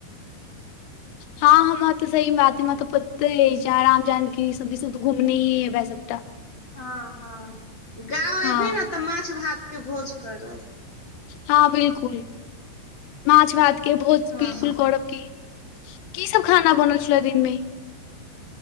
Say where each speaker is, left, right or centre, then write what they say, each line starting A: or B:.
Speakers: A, on the left (about 75°); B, on the left (about 35°).
A: हँ हम तऽ सही बात हमा तऽ पते अछि राम जानकी सब सब घुमने ही हेबै सबट
B: हँ हँ गा
A: हँ
B: एबी ने तऽ माछ भात के भोज कर
A: हँ बिलकुल माछ भात के भोज
B: हँ
A: बिलकुल करव क की सब खाना बनल छलै दिनम